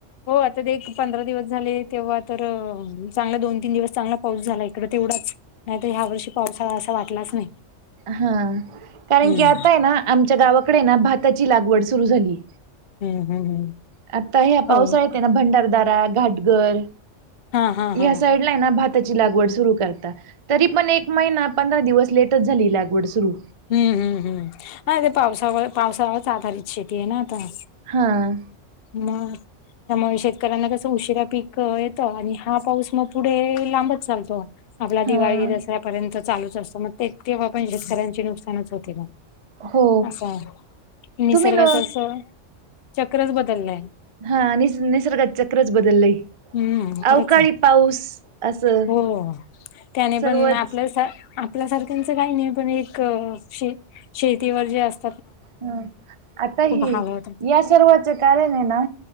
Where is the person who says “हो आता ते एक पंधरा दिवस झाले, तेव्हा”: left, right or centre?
Left